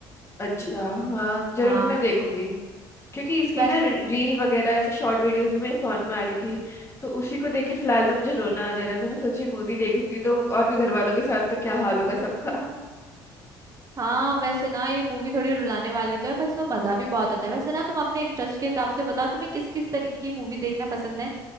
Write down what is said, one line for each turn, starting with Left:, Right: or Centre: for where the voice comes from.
Left: अच्छा हाँ जरूर
Right: हाँ
Left: मैं देखूंगी क्योंकि इसकी
Right: वैसे
Left: ना रील वगैरह थी शॉर्ट वीडियोस भी मेरे फोन में आ रही थी तो उसी को देख के फिलहाल तो मुझे रोना आ जा रहा था मैं सोची मूवी देखूंगी तो और भी घर वालों के साथ तो क्या हाल होगा सबका
Right: हाँ वैसे ना ये मूवी थोड़ी रुलाने वाली तो है पर इसमें मजा भी बहुत आता है वैसे ना तुम अपने इंटरेस्ट के हिसाब से बताओ तुम्हें किस किस तरीके की मूवी देखना पसंद है